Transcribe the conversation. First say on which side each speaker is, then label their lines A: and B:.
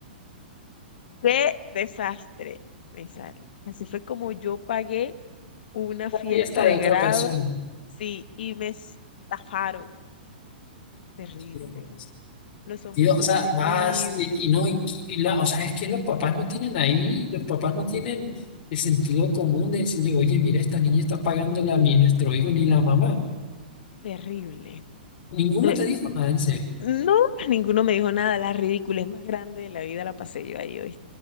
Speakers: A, on the left (about 65°); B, on the left (about 45°).
A: ¡Qué desastre! Me sale. Así fue como yo pagué una fiesta
B: la fiesta
A: de
B: de otra
A: grado,
B: persona.
A: sí, y me estafaron. Terrible.
B: Tío,
A: Los hombres
B: Tío,
A: son
B: o sea,
A: terribles,
B: vas tí- y no, y, y la, o sea, es que los papás no tienen ahí, los papás no tienen el sentido común de decirle, oye, mira, esta niña está pagándole a mí, nuestro hijo, ni la mamá.
A: terrible
B: Ninguno
A: Eh,
B: te dijo nada en serio.
A: No, ninguno me dijo nada. La ridiculez más grande de la vida la pasé yo ahí hoy.